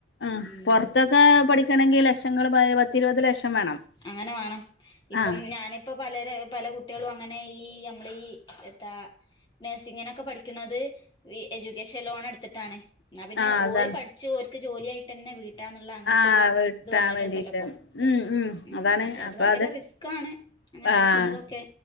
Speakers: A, on the left (about 75°); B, on the left (about 25°).
A: ആഹ്
B: ഉം
A: പൊറത്തൊക്കെ പഠിക്കണെങ്കി ലക്ഷങ്ങള് പയ് പത്തിരുപത് ലക്ഷം വേണം
B: അങ്ങനെ വേണം ഇപ്പം
A: ആഹ്
B: ഞാന് ഇപ്പോ പലരെ പല കുട്ടികളും, അങ്ങനെ ഈ നമ്മള ഈ എത്താ- നഴ്സിങ്ങിനൊക്കെ പഠിക്കണത് എജ്യൂക്കേഷൻ ലോൺ എടുത്തിട്ടാണ് എന്നാ പിന്നെ
A: ആഹ് അതാണ്
B: ഓര് പഠിച്ചു ഓർക്ക് ജോലിയ ആയിട്ടന്നെ വീട്ടാന്നുള്ള അങ്ങനത്തെ
A: ആഹ്
B: ഒരു
A: കിട്ടാൻ
B: ഇത് വന്നിട്ടുണ്ടല്ലോ
A: വേണ്ടിട്ട്
B: ഇപ്പൊ
A: ഉം
B: ഉ ഉം
A: അതാണ്
B: പക്ഷെ അത്
A: അപ്പൊ
B: ഭയങ്കര റിസ്കാണ്. അങ്ങനെ
A: ആഹ്
B: എടുക്ക്ണതൊക്കെ.